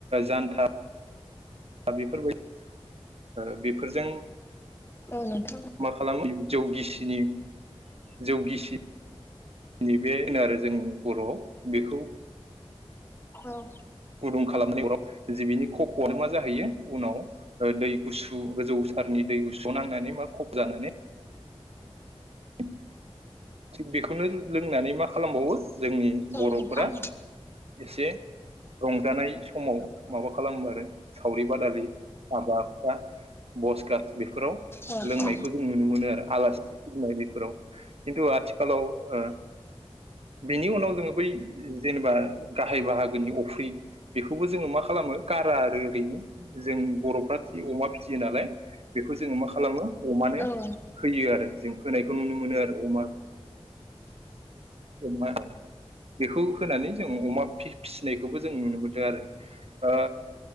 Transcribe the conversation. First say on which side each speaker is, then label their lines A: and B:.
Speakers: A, on the right; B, on the left.
A: जानथा दा बेफोर बायदि ओ बेफोरजों
B: औ नोंथां औ
A: मा खालामो जौ गिसिनि जौगिसि <unintelligible> बे होनो आरो जों बर'आव बेखौ
B: औ
A: गुदुं खालामनाय अराव जे बिनि खफ'आनो मा जाहैयो उनाव ओ दै गुसु गोजौ सारनि दै गुसुआव नांनानै मा खफ जानानै <inaudible> थिग बेखौनो लोंनानै मा खालामबावो जोंनि बर'फोरा
B: औ नोंथां
A: एसे रंजानाय समाव माबा खालामो आरो सावरि बादालि हाबा हुखा बस गास बेफोराव
B: औ
A: लोंनायखौ जों नुनो मोनो आरो आलासि फुजिनाय बेफोराव खिन्थु आथिखालाव ओ बिनि उनाव जोङो बै जेनेबा गाहाय बाहागोनि अफ्रि बेखौबो जोङो मा खालामो गारा आरो ओरैनो जों बर'फ्रा फि अमा फिसियो नालाय बेखौ जोङो मा खालामो अमानो
B: औ
A: होयो आरो जों होनायखौ नुनो मोनो आरो अमा <inaudible> बेखौ होनानै जों अमा फिसिनायखौबो जों नुनो मोनदों आरो ओ